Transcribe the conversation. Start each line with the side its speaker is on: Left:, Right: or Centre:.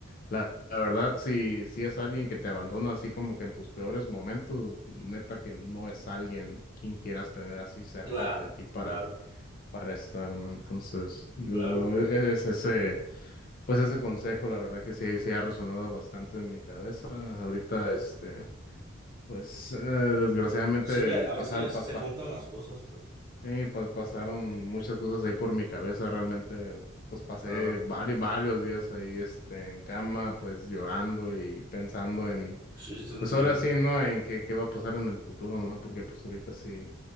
Left: la, la verdad, si, si es alguien que te abandona así como que en tus peores momentos, neta que no es alguien quien quieras tener así cerca
Right: claro,
Left: de ti para,
Right: claro,
Left: para estar, ¿no? Entonces, yo-
Right: claro.
Left: e-, es ese, pues ese consejo, la verdad que sí, sí ha resonado bastante en mi cabeza. Ahorita, este... Pues eh, desgraciadamente
Right: Sí, a,
Left: pasaron,
Right: a veces que a veces
Left: pas-
Right: se
Left: pa-
Right: juntan las cosas, pues.
Left: sí, pa- pasaron muchas cosas ahí por mi cabeza, realmente, pues pasé
Right: Claro,
Left: varios, varios días ahí, este, en cama, pues llorando y pensando en,
Right: sí, sí, te entiendo.
Left: pues ahora sí, ¿no? En qué, qué va a pasar en el futuro, ¿no? Porque pues ahorita sí